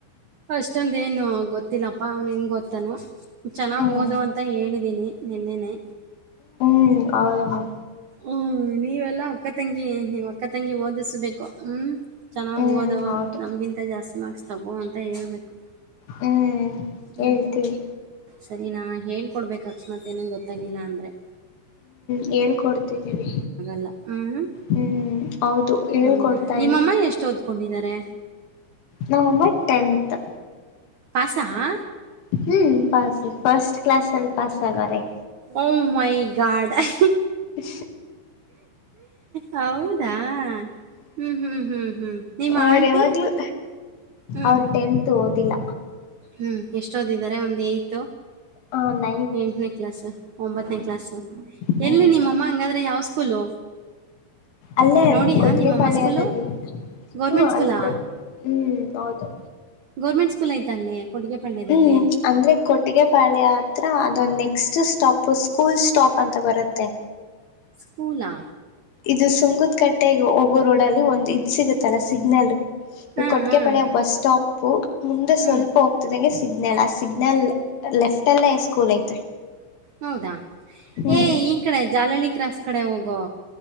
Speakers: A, on the right; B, on the left.
A: ಅಷ್ಟೊಂದ ಏನು ಹ ಗೊತ್ತಿಲ್ಲಪ್ಪಾ ಅವ್ನು ಹೆಂಗ್ ಗೊತ್ತಾನ ಚೆನ್ನಾಗ್
B: ಹ್ಮ್
A: ಓದು ಅಂತ ಹೇಳಿದೀನಿ ನಿೆನ್ನೆನೆ
B: ಹ್ಮ್ ಹೌದು ನಾಮ
A: ಹ್ಞೂ ನೀವೆಲ್ಲ ಅಕ್ಕ ತಂಗಿ ನೀ್ ಅಕ್ಕ ತಂಗಿ ಓದಿಸ್ಬೇಕು ಹ್ಮ್ ಚೆನ್ನಾಗ್
B: ಹ್ಮ್
A: ಓದ
B: ಹೌದು
A: ನಮ್ಗಿಂತ ಜಾಸ್ತಿ ಚಮಕ್ಸ್ ತಗೋ ಅಂತ ಹೇಳೇಬೇಕು
B: ಹ್ಮ್
A: ಹ್ಞ
B: ಹೇಳ್ತೀವಿ
A: ಸರಿ ನಾ ಹೇಳ್ಕೊಡ್ಬೇಕ ಅಕ್ಷಸ್ಮತ್ ಏನನ್ ಗೊತ್ತಾಗಿಲ್ಲ ಅಂದ್ರೆ
B: ಹ್ಮ್ ಹೇಳ್ಕೊಡ್ತಿದ್ದೀವಿ
A: ಲ್ಲ ಹ್ಮ್
B: ಹ್ಮ್ ಹೌದು ಹೇಳ್ಕೊಡ್ತಾ
A: ಹೌದಾ ನಿಮ್ಮಮ್ಮ ಎಷ್ಟ ಓದ್ಕೊಂಡಿದ್ದಾರೆ
B: ನವಂಬರ್ ಟೆಂತ್
A: ಪಸ ಹಾ
B: ಹ್ಮ್ ಪಸ್ ಫಸ್ಟ್ ಕ್ಲಸ್ ಎಲ್ಲಿ ಪಸ್ಗ ರ
A: ಓಂ್ ಮೈ ಗಾರ್ಡ್ ಐ
B: ಅ
A: ಹೌದಾ ಹ್ಮ್ ಹ್ಮ್ ಹ್ಮ್ ಹ್ಮ್ ನಿಮ್ಮ
B: ಅವ್ರ
A: ಆಂಟಿ
B: ಯಾವಾಗ್ಲೂ
A: ಹ್ಮ್
B: ಅವ್ರ ಟೆಂತ್ ಓದಿಲ್ಲ
A: ಹ್ಮ್ ಎಷ್ಟೊದ ಇದಿದ್ದಾರೆ ಒಂದ್ ಐತ
B: ಹ
A: ಎಂಟನೇ ಕ್ಲಾಸ್ ಒಂಬತ್ತನೇ ಕ್ಲಾಸ್
B: ಹ್ಮ್
A: ಎಲ್ಲಿ ನಿಮ್ಮಮ್ಮ ಹಂಗಾದ್ರೆ ಯಾವ ಸ್ಕೂಲು
B: ಅಲ್ಲೇನ್
A: ನೋಡಿಯಾ
B: ಕೊಟ್ಟಿಗೆ
A: ನಿಮ್ಮಮ್ಮ
B: ಪಾಳ್ಯದಲ್ಲಿ
A: ಸ್ಕೂಲು ಗೌರ್ಮೆಂಟ್
B: ಹ್ಮ
A: ಸ್ಕೂಲಾ
B: ಅಲ್ಲಿ ಕೊಟ್ಟ ಹ್ಮ್ ಹೌದು
A: ಗೌರ್ಮೆಂಟ್ ಸ್ಕೂಲ್ ಐ್ ಅಲ್ಲಿ ಕೊಟ್ಟಿಗೆ ಪಾಳ್ಯದಲ್ಲಿ
B: ಹ್ಮ್ ಅಂದ್ರೆ ಕೊಟ್ಟಿಗೆಪಾಳ್ಯ ಹತ್ರ ಅದೊ್ ನೆಕ್ಸ್ಟ್ ಸ್ಟಾಪ್ ಕೂಲ್ ಸ್ಟಾಪ್ ಅಂತ ಬರುತ್ತೆ
A: ಕೂಲ್ ಹಾ
B: ಇದು ಸುಂಕದ್ ಕಟ್ಟೆ ಹೋಗೋ ರೋಡ್ ಅಲ್ಲಿ ಒಂದು್ ಇದ್ ಸಿಗುತ್ತಲ್ಲಾ ಸಿಗ್ನಲ್
A: ಹಾಂ
B: ಕೊಟ್ಟಗೆಪಾಳ್ಯ
A: ಹಾಂ
B: ಬಸ್ ಸ್ಟಾಪ್ ಮುಂದೆ
A: ಹ್ಞೂ
B: ಸ್ವಲ್ಪ ಹೋಗ್ತಿದಂಗೆ ಸಿಗ್ನಲ್ ಆ ಸಿಗ್ನಲ್ ಲೆಫ್ಟ್ ಅಲ್ಲೇ ಸ್ಕೂಲ್ ಐತೆ
A: ಹೌದಾ
B: ಹ್ಮ್
A: ಏ ಈ ಕಡೆ ಜಾಲಳಿ ಕ್ರಾಸ್ ಕಡೆ ಹೋಗೋ